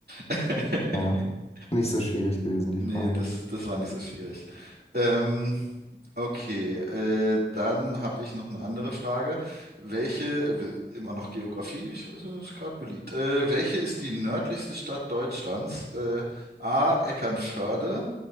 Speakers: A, on the right (about 60°); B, on the left (about 35°).
A: <laughs>
B: Ja. Nicht so schwierig gewesen, die
A: nee,
B: Frage.
A: das, das war nicht so schwierig. Ähm, Okay, äh, dann habe ich noch eine andere Frage. Welche, äh, w- immer noch Geografie, ich weiß, es ist gerade beliebt. Äh, welche ist die nördlichste Stadt Deutschlands? Äh, A. Eckernförde,